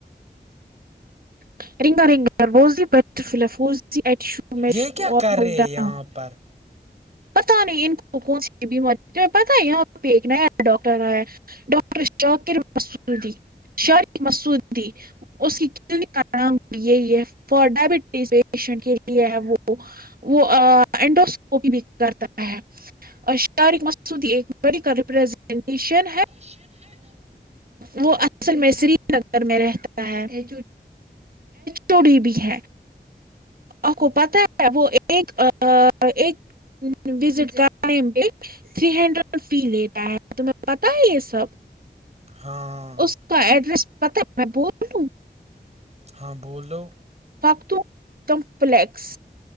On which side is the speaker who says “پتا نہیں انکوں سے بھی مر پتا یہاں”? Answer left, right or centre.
Right